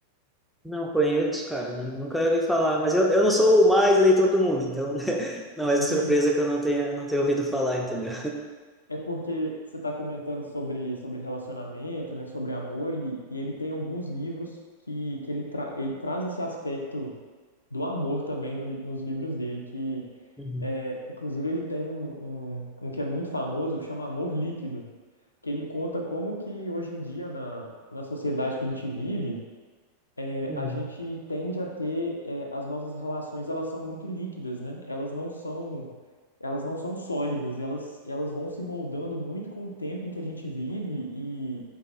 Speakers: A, in the centre; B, on the left.
A: Não conheço, cara, né? Nunca ouvi falar, mas eu, eu não sou o mais leitor do mundo, então <laughs> não é
B: Então,
A: surpresa que eu não tenha, não tenha ouvido falar, entendeu?
B: É porque você está comentando sobre, sobre relacionamento, né, sobre amor, e, e ele tem alguns livros que, que ele, tra ele traz esse aspecto do amor também no li- nos livros dele, que
A: Uhum.
B: é, inclusive ele tem um, um, um que é muito famoso que chama Amor Líquido, que ele conta como que hoje em dia na, na sociedade que a gente vive, é,
A: Uhum.
B: a gente tende a ter, é, as nossas relações, elas são muito líquidas, né? Elas não são, elas não são sólidas, elas, elas vão se moldando muito com o tempo em que a gente vive e,